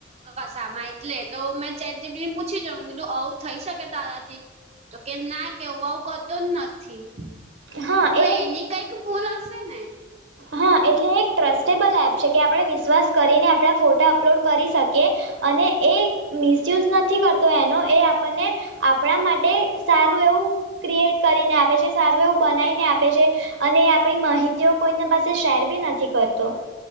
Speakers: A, on the right; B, on the right.
A: કસામાં એટલે તો મે ચેટ જીપીટી પૂછી જાઉું, આવું થઈ શકે તારાથી? તો કે, ના કે હુ આવું કરતો જ નથી,
B: હા
A: હું
B: એ
A: તો
B: એક
A: એની કંઈક ભૂલ હશે ને.
B: હા, એટલે એક ટ્રસ્ટેબલ એપ છે કે, આપણે વિશ્વાસ કરીને આપણા ફોટા અપલોડ કરી શકીએ. અને એ મિસયુઝ નથી કરતો, એનો એ આપણને આપણા માટે સારું એવું ક્રિએટ કરીને આપે છે, સારું એવું બનાવીને આપે છે, અને આપણી માહિતીઓ કોઈને પાસે તે શેર બી નથી કરતો.